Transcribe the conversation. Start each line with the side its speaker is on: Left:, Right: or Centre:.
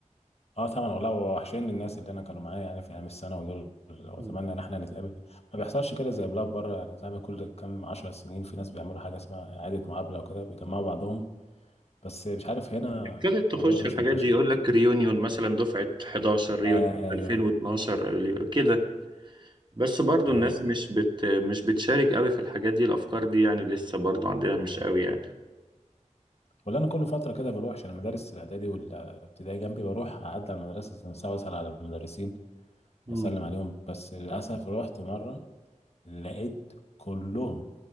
Left: اه طبعا والله وحشين الناس اللي انا كانوا معايا يعني في ايام الثانوي دول واتمنى
Right: ده
Left: ان احنا نتقابل ما بيحصلش كده زي بلاد بره يعني تعمل كل كام عشر سنين في ناس بيعملوا حاجه اسمها اعاده مقابله وكده بيجمعوا بعضهم بس مش عارف هنا
Right: ابتدت تخش
Left: الموضوع ده مش
Right: الحاجات
Left: منتشر
Right: دي يقول لك ريونيون مثلا دفعة 11 ريونيون
Left: ايوه
Right: 2012 ريو- كده بس برضو
Left: ايوه
Right: الناس مش بت مش بتشارك قوي في الحاجات دي الأفكار دي يعني لسه برضو عندنا مش قوي يعني
Left: ولا انا كل فتره كده بروح عشان المدارس الاعدادي والابتدائي جنبي بروح اعدي على المدرسه عشان أسا- اسال على المدرسين
Right: مم.
Left: واسلم عليهم بس للاسف رحت مره لقيت كلهم